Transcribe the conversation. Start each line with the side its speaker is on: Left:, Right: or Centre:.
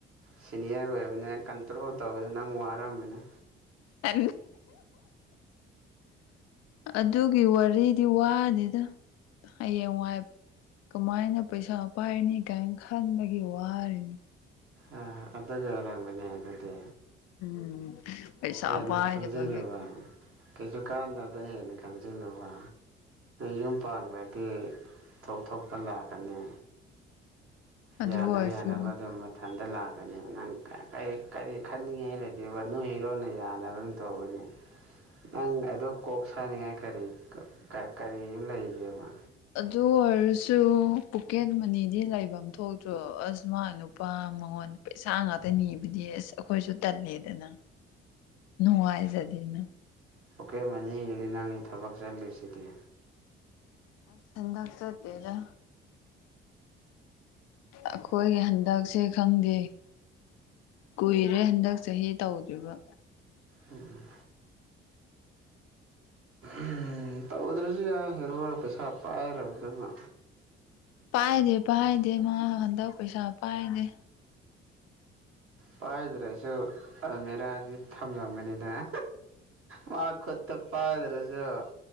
Right: ꯁꯤꯅꯤꯌꯥꯔ ꯑꯣꯏꯕꯅꯤꯅ ꯀꯟꯇ꯭ꯔꯣꯜ ꯇꯧꯕꯗ ꯅꯪ ꯋꯥꯔꯝꯕꯅꯦ
Left: ꯑ ꯑꯗꯨꯒꯤ ꯋꯥꯔꯤꯗꯤ ꯋꯥꯅꯤꯗ ꯍꯌꯦꯡ ꯋꯥꯏꯕ ꯀꯃꯥꯏꯅ ꯄꯩꯁꯥ ꯄꯥꯏꯔꯤꯅꯤ ꯀꯥꯏꯅ ꯈꯟꯕꯒꯤ ꯋꯥꯔꯤꯅꯤ
Right: ꯑ ꯑꯗꯨ ꯑꯣꯏꯔꯝꯒꯅꯤ ꯑꯗꯨꯗꯤ
Left: ꯎꯝ ꯄꯩꯁꯥ
Right: ꯍꯦꯟꯅ
Left: ꯄꯥꯏꯗꯕꯒꯤꯀꯣ
Right: ꯈꯟꯖꯤꯜꯂꯨꯕ ꯀꯩꯁꯨ ꯀꯥꯟꯗꯗ ꯍꯦꯟꯅ ꯈꯪꯖꯤꯜꯂꯨꯕ ꯌꯨꯝ ꯄꯥꯡꯈ꯭ꯔꯗꯤ ꯊꯣꯛ ꯊꯣꯛꯄ ꯂꯥꯛꯀꯅꯤ
Left: ꯑꯗꯨ
Right: ꯌꯥꯅ
Left: ꯑꯣꯏꯔꯁꯨ
Right: ꯌꯥꯅꯕ ꯑꯗꯨꯝ ꯃꯊꯟꯇ ꯂꯥꯛꯑ ꯅꯪ ꯀ ꯀꯔꯤ ꯈꯟꯅꯤꯡꯉꯥꯏ ꯂꯩꯒꯦꯕ ꯅꯣꯏ ꯏꯔꯣꯟꯅ ꯌꯥꯅꯕ ꯑꯗꯨ ꯇꯧꯕꯅꯤ ꯅꯪ ꯑꯗꯣ ꯀꯣꯛ ꯁꯥꯅꯤꯡꯉꯥꯏ ꯀꯔꯤ ꯀꯔꯤ ꯂꯩꯒꯦꯕ
Left: ꯑꯗꯨ ꯑꯣꯏꯔꯁꯨ ꯄꯣꯀꯦꯠ ꯃꯅꯤꯗꯤ ꯂꯩꯐꯝ ꯊꯣꯛꯇ꯭ꯔꯣ ꯑꯁ ꯃꯥ ꯅꯨꯄꯥ ꯃꯉꯣꯟꯗ ꯄꯩꯁꯥ ꯉꯥꯛꯇ ꯅꯤꯕꯗꯤ ꯑꯁ ꯑꯩꯈꯣꯏꯁꯨ ꯇꯜꯂꯦꯗꯅ ꯅꯨꯡꯉꯥꯏꯖꯗꯅ
Right: ꯑꯣꯀꯦ ꯃꯅꯤꯒꯤꯗꯤ ꯅꯪ ꯊꯕꯛ ꯆꯠꯂꯤꯁꯤꯗꯤ
Left: ꯑꯁ ꯆꯟꯗꯥꯛ ꯆ ꯇꯦꯖ ꯑꯩꯈꯣꯏꯒꯤ ꯍꯟꯗꯛꯁꯦ ꯈꯪꯗꯦ ꯀꯨꯏꯔꯦ ꯍꯟꯗꯛ ꯆꯍꯤ ꯇꯧꯗ꯭ꯔꯤꯕ
Right: ꯎꯝ
Left: <unintelligible>
Right: ꯎꯝ ꯇꯧꯗ꯭ꯔꯁꯨ ꯌꯥꯏ ꯍꯦꯔꯣ ꯄꯩꯁꯥ ꯄꯥꯏꯗꯅ
Left: ꯄꯥꯏꯗꯦ ꯄꯥꯏꯗꯦ ꯃꯥ ꯍꯟꯗꯛ ꯄꯩꯁꯥ ꯄꯥꯏꯅꯦꯦ
Right: ꯄꯥꯏꯗ꯭ꯔꯁꯨ ꯑ ꯃꯦꯔꯥꯗꯤ ꯊꯝꯂꯝꯒꯅꯤꯗꯅ ꯃꯥ ꯈꯨꯠꯇ ꯄꯗ ꯔꯁꯨꯣ